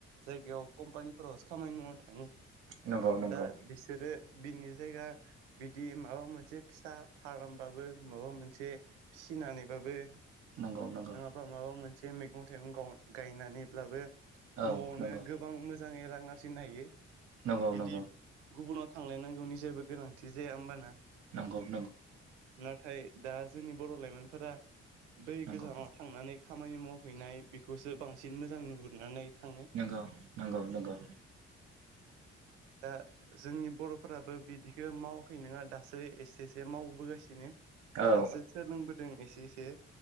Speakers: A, on the right; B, on the right.
A: जायगायाव कम्पानिफोरावसो खामानि मावनो थाङो
B: नंगौ नंगौ
A: दा बिसोरो बिनि जायगा बिदि माबा मोनसे फिसा फार्म बाबो माबा मोनसे फिनानै- बाबो
B: नंगौ नंगौ
A: नङाबा माबा मोनसे मैगं थाइगं गं गायनानैब्लाबो
B: औ
A: न'आवनो
B: नंगौ
A: गोबां मोजाङै रांआर- जिनो हायो
B: नंगौ
A: बिदि
B: नंगौ
A: गुबुनाव थांलायनांगौनि जेबो गोनांथि जाया होमबाना
B: नंगौ नंगौ
A: नाथाय दा जोंनि बर' लाइमोनफोरा बै
B: नंगौ
A: गोजानाव थांनानै खामानि मावहैनाय बेखौसो बांसिन मोजां नुहुरनानै थाङो
B: नंगौ नंगौ नंगौ
A: दा जोंनि बर'फोराबो बिदिखौ माव- फै नंङा दासो एसे एसे मावबोगासिनो
B: औ
A: दासो सोलोंबोदों एसे एसे